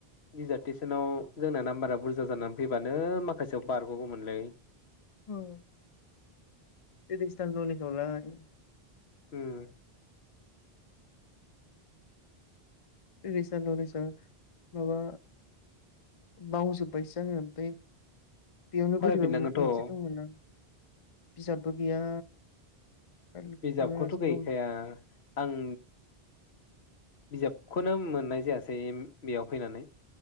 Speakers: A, on the left (about 85°); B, on the left (about 40°).
A: डिजार्टेसनाव जोंना नाम्बारा बुरजा जानानै फैबानो माखासेयाव बारग'गौमोनलै
B: औ बेदिस्टान नलेजखौ लाय
A: उम।
B: बेरिस्टान नलेजा माबा बावजोब्बायसो आङो ओमफाय बेयावनो
A: फरायफिननांगोनथ'
B: बोरैबा मोन-मोनसे दंमोन ना बिजाबबो गैया। खालि खुगानि
A: बिजाबखौथ'
B: हासुं
A: गैखाया आं बिजाबखौनो मोननाय जायासै बेयाव फैनानै